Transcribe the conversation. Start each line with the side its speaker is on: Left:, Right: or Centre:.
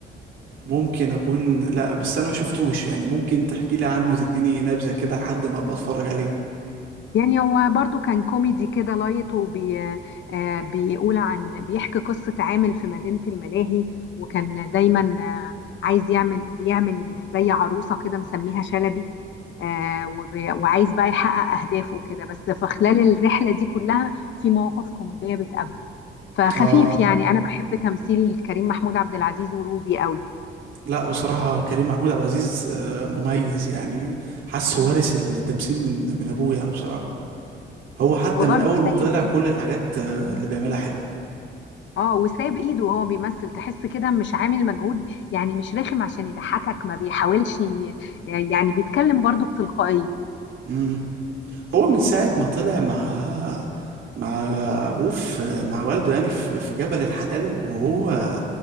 Right: ممكن اكون لا بس انا ما شفتوش يعني ممكن تحكي لي عنه وتديني نبذة كده لحد ما ابقى اتفرج عليه
Left: يعني هو برضو كان كوميدي كده لايت وبي آه، بيقول عن بيحكي قصة عامل في مدينة الملاهي وكان دايما آه، عايز يعمل بيعمل زي عروسة كده مسميها شلبي آه، وب- وعايز بقى يحقق أهدافه كده بس في خلال الرحلة دي كلها في مواقف كوميدية بتقابله فخفيف
Right: اه
Left: يعني انا بحب تمثيل كريم محمود عبد العزيز وروبي قوي
Right: لا بصراحة كريم محمود عبد العزيز آه، مميز يعني حاسه وارث التمثيل من من ابوه يعني بصراحة هو حتى
Left: وبرضه
Right: من اول ما
Left: سايب
Right: طلع كل
Left: ايد
Right: الحاجات آه، اللي بيعملها حلو
Left: اه وسايب ايده وهو بيمثل تحس كده مش عامل مجهود يعني مش رخم عشان يضحكك ما بيحاولش ي- يعني بيتكلم برضه بتلقائية
Right: امم هو من ساعة ما طلع مع مع ابوه في مع والده يعني في في جبل الحلال وهو